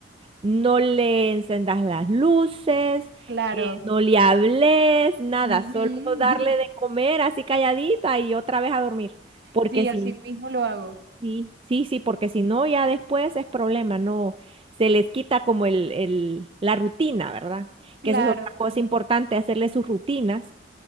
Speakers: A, on the right; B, on the right.
A: No le encendas las luces,
B: Claro.
A: eh, no le hables, nada,
B: Ujú.
A: solo darle
B: <laughs>
A: de comer así calladita y otra vez a dormir. Porque
B: Sí,
A: si
B: así
A: no,
B: mismo lo hago.
A: sí, sí, sí, porque si no, ya después es problema, no, se les quita como el, el, la rutina, ¿verdad?
B: Claro.
A: Que esa es otra cosa importante, hacerle sus rutinas